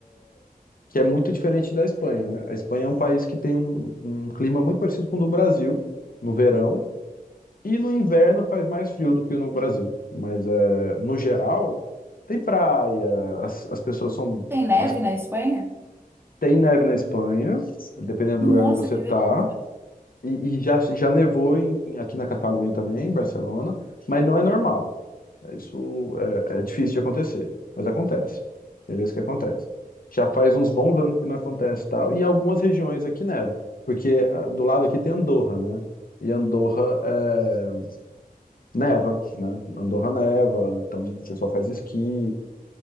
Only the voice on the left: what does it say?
que é muito diferente da Espanha, né? A Espanha é um país que tem um, um clima muito parecido com o do Brasil no verão e no inverno faz mais frio do que no Brasil. Mas é, no geral tem praia, as, as pessoas são,
mas
tem neve na Espanha, dependendo
do lugar onde você
tá.
E, e já, já nevou em, em- aqui na Catalunha também, em Barcelona, mas não é normal. Isso é, é difícil de acontecer, mas acontece. Tem vezes que acontece. Já faz uns bons anos que não acontece e tal, e em algumas regiões aqui neva, porque ah, do lado aqui tem Andorra, né? E Andorra é, neva, né? Andorra neva, então o pessoal faz esqui,